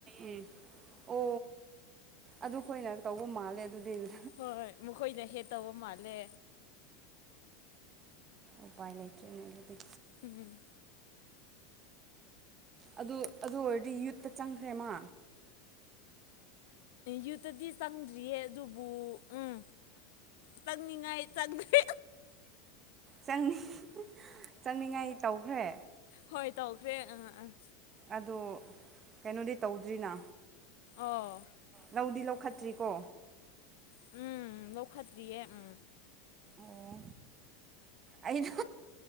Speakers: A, on the right; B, on the left.
A: ꯎꯝ ꯑꯣ ꯑꯗꯨ ꯑꯩꯈꯣꯏꯅ ꯇꯧꯕ ꯃꯥꯜꯂꯦ ꯑꯗꯨꯗꯤ ꯎꯝ
B: ꯍꯣꯏ ꯃꯈꯣꯏꯅ ꯍꯦꯠ ꯇꯧꯕ ꯃꯥꯜꯂꯦ
A: ꯎꯄꯥꯏ ꯂꯩꯇ꯭ꯔꯔꯤꯅꯦ ꯗꯨꯗꯤ
B: ꯎꯝ
A: ꯑꯗꯨ ꯑꯗꯨ ꯑꯣꯏꯔꯗꯤ ꯌꯨꯠꯇ ꯆꯪꯈ꯭ꯔꯦ ꯃꯥ
B: ꯌꯨꯠꯇꯗꯤ ꯆꯪꯗ꯭ꯔꯤꯌꯦ ꯑꯗꯨꯕꯨ ꯎꯝ ꯆꯪꯅꯤꯡꯉꯥꯏ ꯆꯪꯗ꯭ꯔꯦ
A: ꯆꯪꯅꯤ ꯆꯪꯅꯤꯡꯉꯥꯏ ꯇꯧꯈ꯭ꯔꯦ
B: ꯍꯣꯏ ꯇꯧꯈ꯭ꯔꯦ ꯑꯥ ꯑꯥ
A: ꯑꯗꯣ ꯀꯩꯅꯣꯗꯤ ꯇꯧꯗ꯭ꯔꯤꯅ
B: ꯑꯣ
A: ꯂꯧꯗꯤ ꯂꯧ ꯐꯠꯇ꯭ꯔꯤꯀꯣ
B: ꯎꯝ ꯂꯧꯈꯠꯇ꯭ꯔꯤꯌꯦ ꯎꯝ
A: ꯑꯣ ꯑꯩꯩꯅ